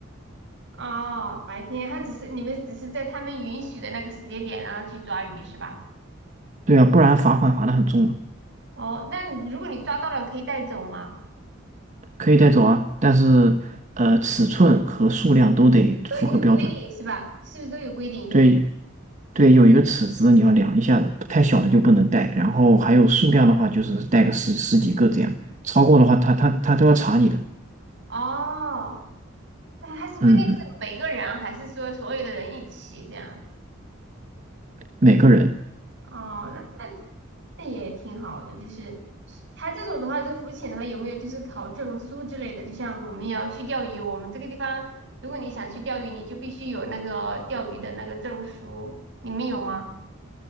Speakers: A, on the right; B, on the right.
A: 哦，白天他只是你们只是在他们允许的那个时间点，然后去抓鱼是吧？
B: 对啊，不然罚款罚得很重的，
A: 哦，那如果你抓到了，可以带走吗？
B: 可以带走啊，但是呃尺寸和数量都得符合标准。
A: 都有规定是吧？是不是都有规定？
B: 对对，有一个尺子你要量一下的，太小的就不能带。然后还有数量的话，
A: 哦，
B: 就是带个十十几个这样，超过的话他他他都要查你的。
A: 哦，那它是规定是每个人还是说所有的人一起这样子？
B: 嗯嗯，每个人
A: 哦，那那那也挺好的，就是他这种的话，这浮潜的话，有没有就是考证书之类的？就像我们也要去钓鱼，我们这个地方，如果你想去钓鱼，你就必须有那个钓鱼的那个证书，你们有吗？